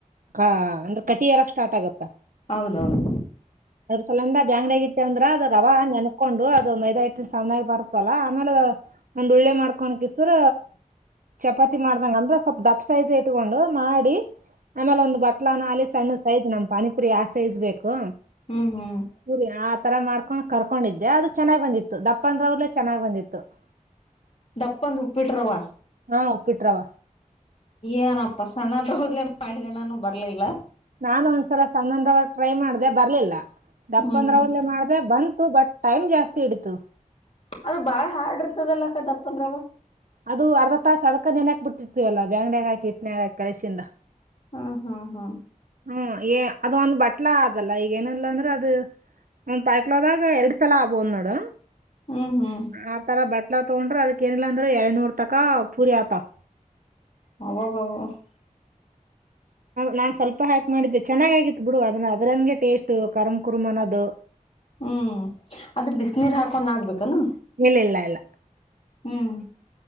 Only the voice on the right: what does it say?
ಹಾ ಅಂದ್ರೆ ಕಟಿರಕ್ ಸ್ಟಾರ್ಟ್ ಆಗುತ್ತ
ಅದ್ರ ಸಲಂದ ಬ್ಯಾಂಗ್ಡಗ ಅಂದ್ರ ಅದು ರವ ನನ್ಕೊಂಡು ಅದು ಮೈದ ಇಟ್ ಚೆನ್ನಾಗಿ ಬರ್ತಲ್ಲಾ ಆಮೇಲೆ ಒಂದ್ ಒಳ್ಳೆ ಮಾಡ್ಕೊ ಕಸ್ರ ಚಪಾತಿ ಮಾಡ್ದಂಗ ಅಂದ್ರ ಸ್ವಲ್ಪ ದಪ್ಪ ಸೈಜ ಇಟ್ಕೊಂಡು ಮಾಡಿ ಆಮೇಲೆ ಒಂದು ಬಟ್ಲ ನಾಲಿ ಸಣ್ಣ ಆಯ್ ನ ಪನಿಪುರಿ ಯಾವ ಸೈಜ್ ಬೇಕು
ಪುರಿ ಆ ತರ ಮಾಡ್ಕೊಂಡ್ ಕರ್ಕೊಂಡಿದ್ದೆ ಅದು ಚನ್ನಾಗ್ ಬಂದಿತ್ತು ದಪ್ಪಂದ್ರ ಅವ್ಲೆೇ ಚೆನ್ನಾಗ್ ಬಂದಿತ್ತು <inaudible>
ಹಾ ಉಪ್ಪಿಟ್ರವ.
ನಾನು ಒಂದ್ಸಲ ಸಣ್ಣಂದ್ರಾಗ ಟ್ರೈ ಮಾಡ್ದ ಬರ್ಲಿಲ್ಲ. ದಪ್ಪ
ಅಂದ್ರ
ಒಲ್ಲೆ ಮಾಡ. ಬಂತು ಬಟ್ ಟೈಮ್ ಜಾಸ್ತಿ ಇಡಿತದ.
ಅದು ಅರ್ಧ ತಾಸ ಅದಕ್ಕ ನೆನ ಹಾಕ್ ಬಿಟ್ಟಿತಿವಲ್ಲ ಬ್ಯಾಂಗಣ್ಯ ಹಾಕಿ ಇಟ್ನಾಗ ಹಾಕಿ ಕಲ್ಸಿಂದ
ಹ್ಮ ಏ ಅದ ಒಂದ ಬಟ್ಲಾ ಅದಲ್ಲ ಈಗ ಏನೀಲ್ಲ ಅಂದ್ರ ಅದು. ಒನ್ ಪಾವಕಿಂದ್ಗ ಎರಡು ಸಲ ಆಬೋದ್ ನೋಡ್.
ಆತರ ಬಟ್ಲಾ ತಗೊಂಡ್ರೆ ಅದಕ್ಕ ಏನಿಲ್ಲ ಅಂದ್ರ ಎರಡ್ನೂರ್ ತಕ ಪೂರಿ ಆತವ್.
ನಾನ್ ಸ್ವಲ್ಪ ಹಾಕ್ ಮಾಡಿದ್ದೆ ಚೆನ್ನಾಗ ಆಗಿತ್ ಬಿಡು ಅದ್ನ ಅದ್ರಗೆ ಟೇಸ್ಟ್ ಕರ್ಮ ಕುರುಂ ಅನ್ನೋದು.
ಇಲ್ಲಿಲ್ಲ.